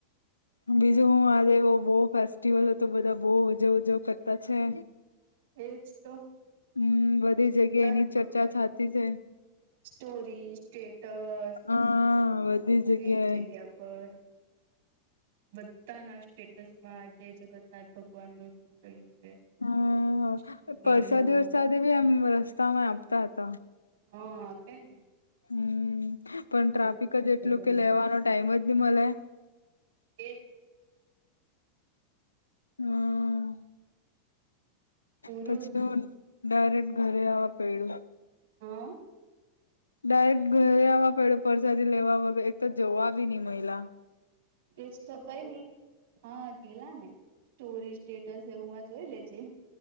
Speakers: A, on the left (about 80°); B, on the right (about 55°).
A: બીજું હું આજે બહુ ફેસ્ટિવલ હતો બધા બહુ ઉજવ ઉજવ કરતા છે.
B: એજ તો
A: હમ બધી
B: જગન્નાથ
A: જગ્યા એની
B: ભગવાન
A: ચર્ચા
B: નું
A: થતી છે
B: સ્ટોરી સ્ટેટસ
A: હા
B: બધી
A: જગ્યાએ
B: જ જગ્યા પર બધા ના સ્ટેટસ માં આજે જગન્નાથ ભગવાન ન કર્યું છે.
A: હમ
B: પુરીમાં
A: પરરસાદી વરસાદી બી એમ રસ્તા માં આપતા હતા.
B: હં આપે ને.
A: હમ પણ
B: જગન્નાથ
A: ટ્રાફિક જ એટલું
B: ભગવાનનું
A: કે લેવાનો ટાઈમ જ હી મળે.
B: એ જ
A: હમ.
B: પૂરું
A: પછી હું ડાયરેક્ટ ઘરે આ પડ્યું.
B: હા.
A: ડાયરેક્ટ ઘરે આવવા પડે પરસાદી લેવા વગર એક તો જવા બી નહી મહિલા
B: તેજ તો કઈ નઈ હા ગેલા ને સ્ટોરી સ્ટેટસ એવુંમાં જોઈ લેજે.